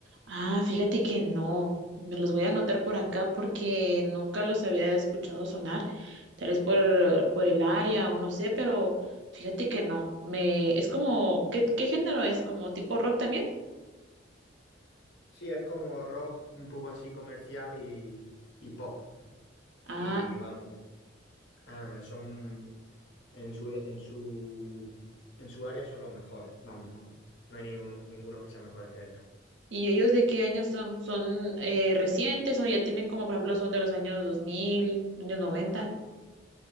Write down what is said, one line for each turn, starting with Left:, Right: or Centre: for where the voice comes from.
Right: Ah, fíjate que no. Me los voy a anotar por acá porque nunca los había escuchado sonar, tal vez por, por el área o no sé, pero fíjate que no. Me, es como, ¿qué, qué género es? ¿Como tipo rock también?
Left: Sí, es como rock, un poco así comercial y, y pop.
Right: Ah,
Left: Y vamos, ah, son en su, en su, en su área son los mejores. Vamos, no, no hay ni uno- ninguno que sean mejores que ellos.
Right: ¿y ellos de qué años son? ¿Son eh, recientes o ya tienen como, por ejemplo, son de los años 2000, años 90?